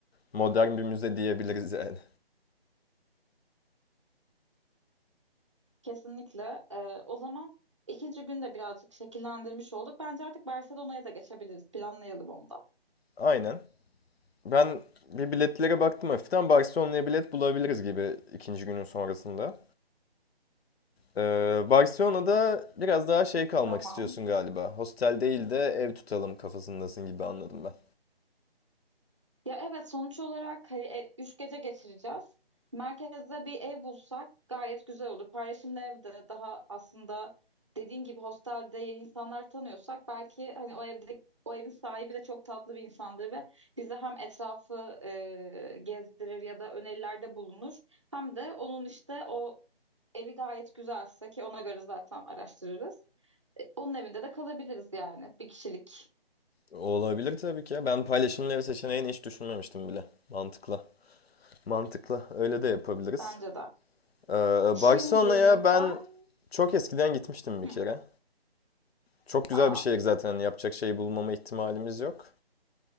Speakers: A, on the left; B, on the right.
A: Modern bir müze diyebiliriz yani.
B: Kesinlikle. Ee, o zaman ikinci günde birazcık şekillendirmiş olduk. Bence artık Barcelona'ya da geçebiliriz. Planlayalım onu da.
A: Aynen. Ben bir biletlere baktım hafiften. Barcelona'ya bilet bulabiliriz gibi ikinci günün sonrasında. Ee, Barcelona'da biraz daha şey kalmak
B: Tamam.
A: istiyorsun galiba. Hostel değil de ev tutalım kafasındasın gibi anladım ben.
B: Ya evet sonuç olarak hani e, üç gece geçireceğiz. Merkezde bir ev bulsak gayet güzel olur. Paylaşımlı evde daha aslında dediğin gibi hostelde yeni insanlar tanıyorsak belki hani o evde o evin sahibi de çok tatlı bir insandır ve bize hem etrafı e, gezdirir ya da önerilerde bulunur hem de onun işte o evi gayet güzelse ki ona göre zaten araştırırız. E, Onun evinde de kalabiliriz yani bir kişilik
A: Olabilir tabii ki ya. Ben paylaşımlı ev seçeneğini hiç düşünmemiştim bile. Mantıklı. Mantıklı. Öyle de yapabiliriz.
B: bence de.
A: Ee,
B: Şimdi
A: Barcelona'ya ben
B: ben
A: çok eskiden gitmiştim bir
B: Hı.
A: kere. Çok güzel
B: Aa,
A: bir şehir zaten. Yapacak şey bulmama ihtimalimiz yok.